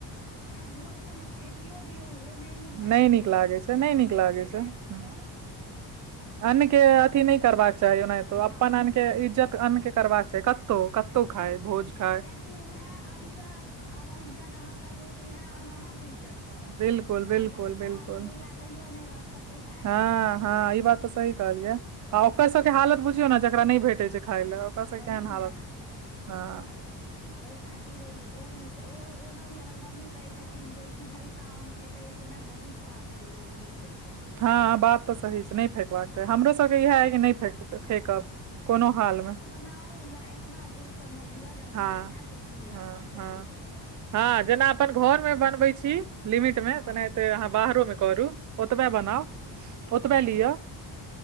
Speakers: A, on the left; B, on the right.
A: भोजन सब म फेकियो दियौ ओहो नहि नीक बात
B: नहि नीक
A: छियै ककरो
B: लागै छै
A: पैसा
B: नहि नीक
A: लागलैया
B: लागै छै
A: तऽ ह <unintelligible>
B: अन्न के अथी नहि करबाक चाही ओनाहितो अपन
A: हँ
B: अन्ने इज्जत अन्न के करबाक चाही कत कतौ खाय भोज खाय
A: किआकि उएह अन से अगर इज्जत अहाँ करियऔ तऽ उएह अन अहा के इज्जत करत
B: बिल्कुल बिल्कुल
A: अके
B: बिल्कुल
A: अहाँके जहिया कहियो नहि रहत कतहुसँ आबि
B: हँ
A: जायत
B: हँ ई बात तऽ सही कहलियै
A: हँ
B: आ ओकर सबके
A: तऽ
B: हालत बुझियौ ने जेकरा नहि भेटे छै खाय लए ओकर
A: वही
B: सब केहन
A: ने
B: हालत हँ
A: तऽ ओहि खातिर ओ से ओ ओना भी हमर मम्मी कहै छथिन जे सिझलका अन्न फेकैसँ ने बहुत पाप लिखै छ
B: हँ बात तऽ सही छै नहि फेकबाक
A: हँ
B: छाही हमरो सबके इएह है कि नहि फेक त फेकब कोनो हाल मे
A: नाउ या एतबा भोज सब मे लिअ जे अपना
B: हँ
A: खाय सकी य
B: हँ
A: फेकायल
B: हँ
A: ने जाय
B: हँ जेना अपन घर में बनबै छी लिमिट
A: हँ
B: में तेनाहिते अहाँ
A: हँ
B: बाहरो मे करू ओतबे
A: हँ
B: बनाउ ओतबे
A: तऽ
B: लिअ